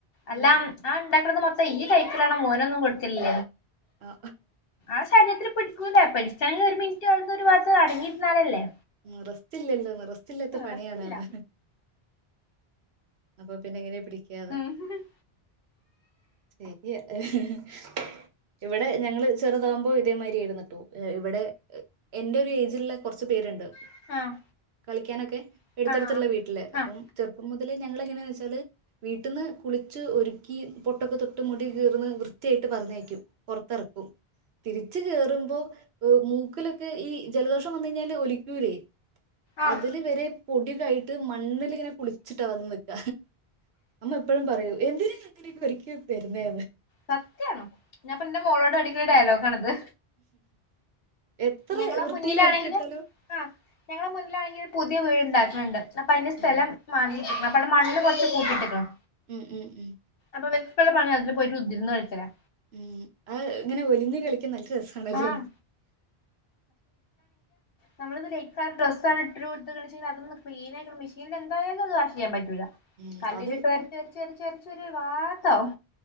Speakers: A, on the left; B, on the right.
A: അല്ല
B: ഉം
A: ആ ഉണ്ടാക്കത് മൊത്തം ഈ ലൈക്കിലണ മോനൊന്നും കൊടുത്തില്ല
B: ആ
A: ആ ശരീരത്തിൽ പിടിക്കൂില്ലേ പഠിച്ചണെങ്കിൽ ഒരു മിനിറ്റ് വ ഒരു വാംടങ്ങിരുന്നാലല്ലേ
B: നിറസ്റ്റല്ലല്ലോ നിറസ്റ്റല്ലാത്ത പണിയണന്ന്
A: റസ്റ്റില്ല
B: അപ്പൊ പിന്നെ എങ്ങനെയ പിടിക്കാന്ന്
A: ഉം ഉം
B: ശ <unintelligible> ഇവിടെ ഞങ്ങള്ൾ ചെറുതാകുമ്പോൾ ഇതേമാതിരി ആയിരുന്ന കേട്ടോ ഇവിടെ എന്റെ ഒരു ഏജില കുറച്ച പേരുണ്ട്
A: ആഹ്
B: കളിക്കാനൊക്കെ
A: ആഹ്
B: എടുത്തടുത്തിുള്ള വീട്ടില്
A: ആഹ്
B: അപ്പം ചെറുപ്പം മുതൽ ഞങ്ങള എങ്ങനന്ന് വെച്ചാല് വീട്ടന്ന് കുളിച്ച് ഒരുക്കി പൊട്ടൊക്കെ തൊട്ട് മുടി കീർ കൃറ്റായിട്ട് പറഞ്ഞേക്കും പുറത്തിറക്കും തിരിച്ചു കേറുമ്പോ മൂക്കിലൊക്കെ ഈ ജലദോഷം വന്ന കഴിഞ്ഞാല് ഒലിക്കൂരേ
A: ആഹ്
B: അതില് വരെ പൊടിയക്കെ ആയിട്ട് മണ്ണിൽിങ്ങനെ കുളി ഇ വന്നില്ല അമ്മ എപ്പോഴും പറയൂ എന്തിന അങ്ങനൊക്ക ഒരിക്ക വരുന്നേ
A: സത്യയാണോ ഞാൻപ്പൊ എന്റെ മോളോട് അടിക്കുള്ള ഡയലോഗ ആണത്
B: എത്ര
A: ഞങ്ങളെ
B: വൃത്തിയിൽ
A: മുന്നിലാണെങ്കിൽ
B: ഒരുക്കി വിട്ടാലും
A: ആ് ഞങ്ങള മുന്നിലാണെങ്കിൽ പുതിയ വീട്ണ്ടാക്കുന്നുണ്ട് അപ്പൊ അതിന്റെ സ്ഥലം
B: ആ
A: മാറ്റിട്ടണം അപ്പൊവിടെ മണ്ണണ് കുറച്ച് കൂട്ടിയിട്ട്ക്കണം
B: ഉം ഉം ഉം
A: അപ്പ വെച്ചിട്ടോള്ള പണിയാ അതിൽ പോയിട്ട് കുത്തിയിരുന്ന് കഴിക്കലാ
B: ഉം അത് ഇങ്ങനെ ഒലിഞ് കളി ക്ക് നല്ല രസാണല്ലോ
A: ആഹ് നമ്മളത് ലൈക്കാ ഡ്രസ് ആ ഇട്ട് ഇട്ട്രു കൊടുത്തുണീച്ച്ണ്ങ്കി അതൊന്ന് ക്ളീനായി മെഷീൽ എന്തായാലും അത് വാഷ് ചെയ്യൻ പറ്റില്ല
B: ഉം
A: കല്ലിലിട്ട്
B: അത്
A: ഒരച്ച് ഒരച്ച് ഒരച്ച് ച്ചൊരു വാത്താവും